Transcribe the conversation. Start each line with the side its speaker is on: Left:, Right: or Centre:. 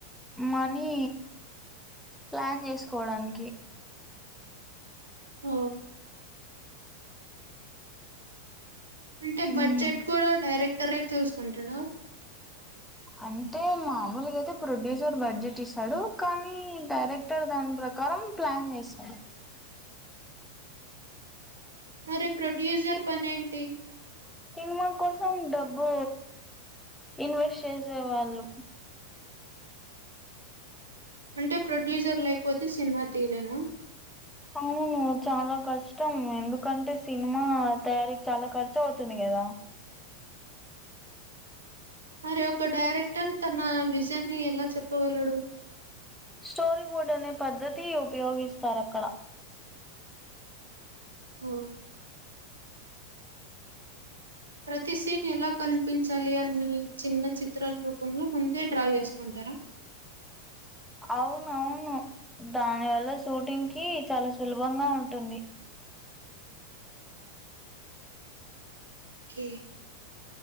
Centre: మనీ ప్లాన్ చేసుకోవడానికి
Right: ఆ అంటే
Centre: ఉమ్
Right: బడ్జెట్ కూడా డైరెక్ట్ రేట్ చూసుకుంటాడు
Centre: అంటే మామూలుగా అయితే ప్రొడ్యూసర్ బడ్జెట్ ఇస్తాడు కానీ డైరెక్టర్ దాని ప్రకారం ప్లాన్ చేస్తాడు
Right: మరి ప్రొడ్యూసర్ పని ఏంటి
Centre: సినిమా కోసం డబ్బు ఇన్వెస్ట్ చేసే వాళ్ళు
Right: అంటే ప్రొడ్యూసర్ లేకపోతే సినిమా తీయలేమ
Centre: అవును చాలా కష్టం ఎందుకంటే సినిమా తయారీకి చాలా ఖర్చు అవుతుంది కదా
Right: మరి ఒక డైరెక్టర్ తన విజన్ ని ఎలా చెప్పగలడు
Centre: స్టోరీ బోర్డ్ అనే పద్ధతి ఉపయోగిస్తారు అక్కడ
Right: హఓ ప్రతిసీన్ ఎలా క చూపించాలి అనే చిన్న చిత్రాల రూపంలో ముందే డ్రా చేసుకుంటారా
Centre: అవును అవును దాని వల్ల షూటింగ్ కి చాలా సులభంగా ఉంటుంది
Right: కే